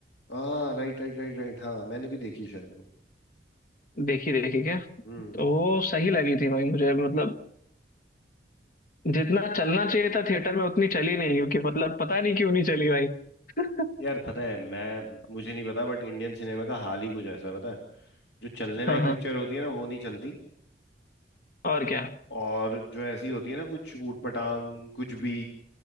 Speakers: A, on the left; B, on the left.
A: हाँ राइट राइट राइट राइट हाँ मैंने भी देखी शायद वो
B: देखी देखी क्या
A: हम्म
B: तो
A: हम्म
B: वो सही लगी थी भाई मुझे मतलब जितना चलना चाहिए था थिएटर में उतनी चली नहीं क्योंकि मतलब पता नहीं क्यों नहीं चली भाई <laughs>
A: यार पता है मैं मुझे नहीं पता बट इंडियन सिनेमा का हाल ही कुछ ऐसा है, पता है जो चलने लायक
B: हाँ हाँ
A: पिक्चर होती है ना वो नहीं चलती
B: और क्या
A: और जो ऐसी होती है ना कुछ ऊट पटांग कुछ भी